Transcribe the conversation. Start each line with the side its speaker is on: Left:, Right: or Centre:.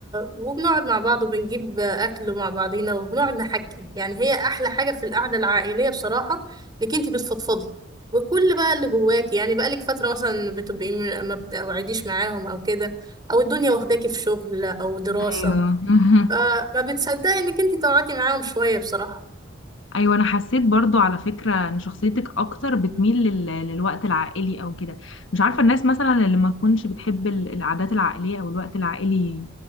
Right: وبنقعد مع بعض وبنجيب أكل مع بعضينا وبنقعد نحكي يعني هي أحلى حاجة في القعدة العائلية بصراحة إنك أنت بتفضفضي وكل بقى اللي جواكي يعني بقالك فترة مثلا بتبقي م- ما بتقعديش معاهم أو كده أو الدنيا واخداكي في شغل أو دراسة
Left: ايوه <laughs>
Right: فما بتصدقي إنك أنت تقعدي معاهم شوية بصراحة
Left: ايوه انا حسيت برضو على فكره ان شخصيتك اكتر بتميل لل... للوقت العائلي او كده مش عارفه الناس مثلا اللي ما تكونش بتحب ال- العادات العائليه او الوقت العائلي